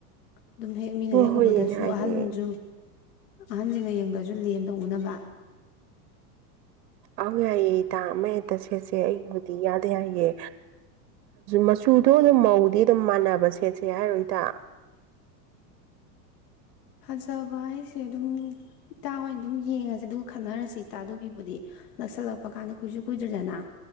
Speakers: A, on the left; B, on the right.
A: ꯑꯗꯨꯝ ꯍꯦꯛ ꯃꯤꯅ
B: ꯍꯣꯏ
A: ꯍꯦꯛ
B: ꯍꯣꯏꯌꯦ
A: ꯎꯕꯗꯁꯨ
B: ꯌꯥꯏꯌꯦ
A: ꯑꯍꯟꯁꯨ ꯑꯍꯟꯁꯤꯡꯅ ꯌꯦꯡꯕꯗꯁꯨ ꯂꯦꯝꯅ ꯎꯅꯕ
B: ꯑꯪ ꯌꯥꯏꯌꯦ <unintelligible> ꯑꯩꯕꯨꯗꯤ ꯌꯥꯗ ꯌꯥꯏꯌꯦ ꯃꯆꯨꯗꯣ ꯑꯗꯨꯝ ꯃꯧꯗꯤ ꯑꯗꯨꯝ ꯃꯥꯟꯅꯕ ꯁꯦꯠꯁꯦ ꯍꯥꯏꯔꯣꯏꯗ
A: ꯐꯖꯕ ꯍꯥꯏꯁꯦ ꯑꯗꯨꯝ ꯏꯇꯥ ꯍꯣꯏꯅ ꯑꯗꯨꯝ ꯌꯦꯡꯉꯁꯤ ꯑꯗꯨꯒ ꯈꯟꯅꯔꯁꯤ ꯏꯇꯥꯗꯨꯒꯤꯕꯨꯗꯤ ꯅꯛꯁꯜꯂꯛꯄ ꯀꯥꯟꯗ ꯀꯨꯏꯁꯨ ꯀꯨꯏꯗ꯭ꯔꯦꯗꯅ